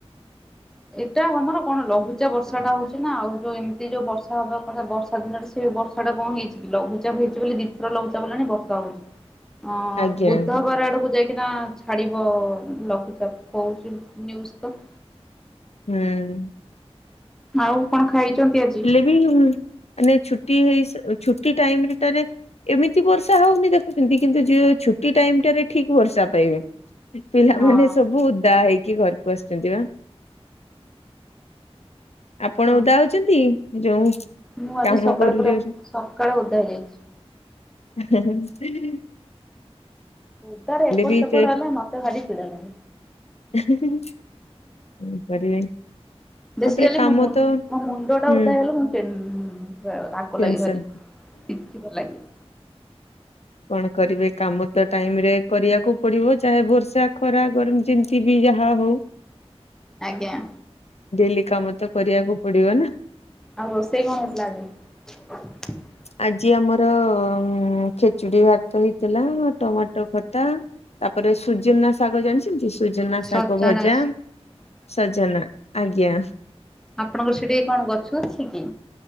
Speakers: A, in the centre; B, on the left (about 75°).
A: ଏଟା ଆମର କଣ ଲଘୁଚାପ ବର୍ଷା ଟା ହଉଛି ନା ଆଉ ଯୋଉ ଏମିତି ଯୋଉ ବର୍ଷା ହବା କଥା ବର୍ଷା ଦିନରେ ସେ ବର୍ଷା ଟା କଣ ହେଇଛି କି ଲଘୁଚାପ ହେଇଛି ବୋଲି ଦିିଥର ଲଘୁଚାପ ହେଲାଣି ବର୍ଷା ହଉ ହଁ
B: ଆଜ୍ଞା
A: ବୁଧବାର
B: ଆଜ୍ଞା
A: ଆଡକୁ ଯାଇକି ନା ଛାଡ଼ିବ ଉଁ ଲଘୁଚାପ କହୁଛି ନ୍ୟୁଜ୍ ତ।
B: ହୁଁ।
A: ଆଉ କଣ ଖାଇଛନ୍ତି ଆଜି?
B: <unintelligible> ନାଇ ଛୁଟି ହେଇ ସ ଛୁଟି ଟାଇମଟା ରେ। ଏମିତି ବର୍ଷା ହଉନି ଦେଖୁଛନ୍ତି କିନ୍ତୁ ଯେ ଛୁଟି ଟାଇମ ଟାରେ ଠିକ ବର୍ଷା ପାଇବେ। ପିଲାମାନେ
A: ହଁ
B: ସବୁ ଓଦା ହେଇକି ଘରକୁ ଆସୁଛନ୍ତି ବା। ଆପଣ
A: ହଁ
B: ଓଦା ହଉଛନ୍ତି ଯୋଉ।
A: ମୁଁ ଆଜି
B: କାମ
A: ସକାଳେ
B: କରୁଛନ୍ତି।
A: ପୁରା ସକାଳେ ଓଦା ହେଇଯାଇଛି।
B: ଏ ହେ ହେ।
A: ଓଦାରେ ଏପଟ
B: ବି
A: ସେପଟ
B: ଏଇଟା
A: ହେଲେ ମତେ ଭାରି ଚିଡା ଲାଗେ।
B: ଏ ହେଁ ହେଁ ହେଁ। କଣ କରିବେ? ତାପରେ
A: ବେସିକାଲି
B: କାମ
A: ମୋ ମୁଁ
B: ତ
A: ମୋ ମୁଣ୍ଡ ଟା
B: ହୁଁ
A: ଓଦା ହେଲେ ମୁଁ ଟେନ ପୁରା। ରାଗ
B: ଟେନସନ।
A: ଲାଗେ ଭାରି ଚିଡଚିଡା ଲାଗେ।
B: କଣ କରିବେ କାମ ତ ଟାଇମରେ କରିବାକୁ ପଡିବ ଚାହେ ବର୍ଷା, ଖରା, ଗରମ ଯେ ତି ବି ଯାହା ହଉ।
A: ଆଜ୍ଞା।
B: ଡେଲି କାମ ତ କରିବାକୁ ପଡିବ ନା।
A: ଆଉ ରୋଷେଇ କଣ ହେଇଥିଲା ଆଜି? <inaudible>
B: ଆଜି ଆମର ଉଁ। ଖୀଚୁଡି ଭାତ ହେଇଥିଲା ଟମାଟୋ ଖଟା ତାପରେ ସୁଜୁନା ଶାଗ ଜାଣିଛ ସୁଜୁନା ଶାଗ
A: ସଜନା
B: ଭଜା ସଜନା ଆଜ୍ଞା।
A: ଆପଣଙ୍କର ସେଇଠି କଣ ଗଛ ଅଛି କି?